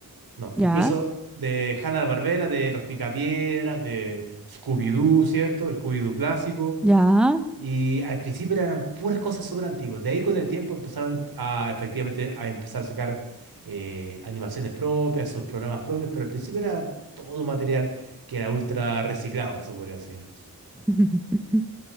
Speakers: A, on the right (about 80°); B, in the centre.
A: no,
B: Ya,
A: incluso de Hanna-Barbera, de Los Picapiedras, de Scooby-Doo, ¿cierto? El Scooby-Doo clásico.
B: ya.
A: Y al principio eran puras cosas súper antiguas. De ahí con el tiempo empezaron a efectivamente a empezar a sacar eh, animaciones propias, sus programas propios, pero al principio era todo material que era ultra reciclado, se podría decir.
B: <laughs>